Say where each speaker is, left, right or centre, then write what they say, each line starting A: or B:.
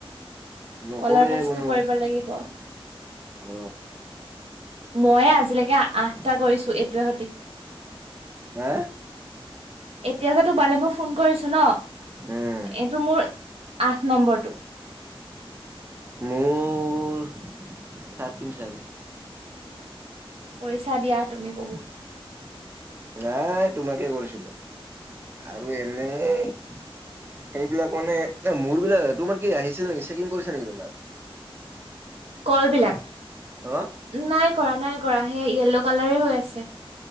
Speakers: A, on the right (about 25°); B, on the right (about 85°).
A: নকৰে
B: কলৰ টাস্কটো
A: কোনেও
B: কৰিব লাগিব
A: অ
B: ময়ে আজিলৈকে আঠটা কৰিছোঁ এইটোৱে সতি
A: হে
B: এতিয়া যে তোমালে মই ফোন কৰিছোঁ ন
A: উম,
B: এইটো মোৰ আঠ নম্বৰটো
A: মোৰ থাৰ্টিন চাগে
B: কৰিছা দিয়া তুমি বহুত
A: নাই তোমাকে কৰিছিলো আৰু এনেই সেইবিলাক মানে এ মোৰ বিলাক তোমাৰ কি আহিছিল নেকি চেকিং কৰিছে নেকি তোমাৰ
B: কল বিলাক
A: অ',
B: নাই কৰা নাই কৰা সেই য়ে'ল্ল কালাৰে হৈ আছে